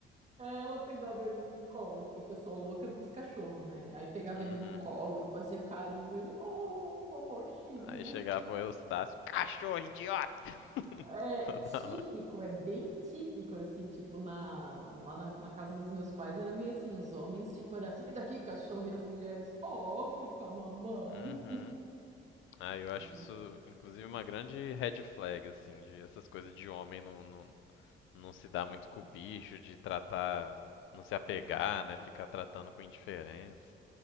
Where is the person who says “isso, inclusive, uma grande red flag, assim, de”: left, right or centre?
Left